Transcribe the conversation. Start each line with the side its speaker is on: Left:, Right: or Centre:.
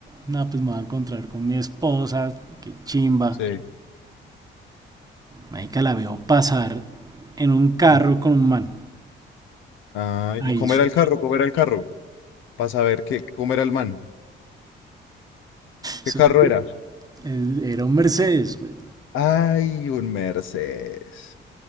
Right: Nada, pues me voy a encontrar con mi esposa, qué chimba.
Left: sí.
Right: Marica, la veo pasar en un carro
Left: Mm.
Right: con un man.
Left: Ah,
Right: Ahí
Left: ¿y cómo
Right: su-
Left: era el carro? ¿Cómo era el carro? Para saber qué, cómo era el man. ¿Qué
Right: su-
Left: carro era?
Right: el- era un Mercedes, güey.
Left: Ay, un Mercedes.